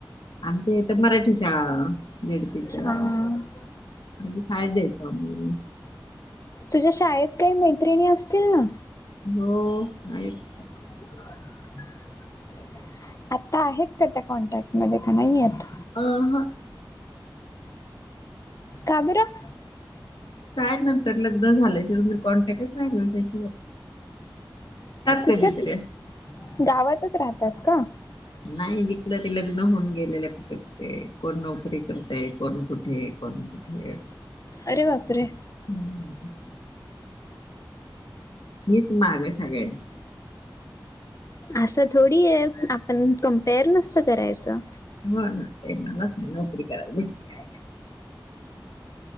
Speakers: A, on the left; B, on the left.
A: आमच्या इथं मराठी शाळा जे. ड. पी.
B: हा
A: च्या शाळेत जायाचो आम्ही
B: तुझ्या शाळेत काही मैत्रिणी असतील ना
A: हो आहेत.
B: <inaudible> आता आहेत का त्या कॉन्टॅक्टमध्ये का नाहीयत.
A: अहं
B: का बरं
A: काय नंतर लग्न झालंय त्याचं कॉन्टॅक्टच नाही मिळतं.
B: तिथं
A: कधीतरी अस
B: गावातच राहतात का
A: नाही जिकडं ते लग्न होऊन गेलेलं कुठे कुठे कोण नोकरी करतय कोण कुठे बरं ठिक आहे.
B: अरे बापरे
A: हम्म मिच माग आहे सगळ्यांच्या
B: असं थोडी आहे, आपण कम्पेअर नसतं करायचं
A: हा ना ते मलाच नाही नोकरी करायला भेटली काय